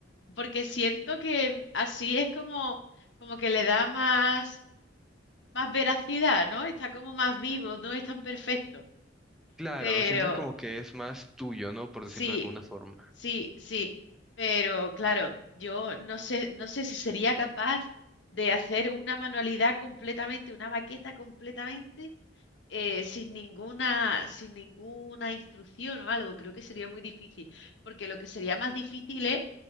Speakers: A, on the left; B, in the centre.
A: porque siento que así es como, como que le da más, más veracidad, ¿no? Está como más vivo, no es tan perfecto.
B: claro,
A: Pero
B: siento como que es más tuyo, ¿no? Por
A: sí,
B: decirlo de alguna forma.
A: sí, sí. Pero claro, yo no sé, no sé si sería capaz de hacer una manualidad completamente, una maqueta completamente, eh, sin ninguna, sin ninguna instrucción o algo. Creo que sería muy difícil, porque lo que sería más difícil es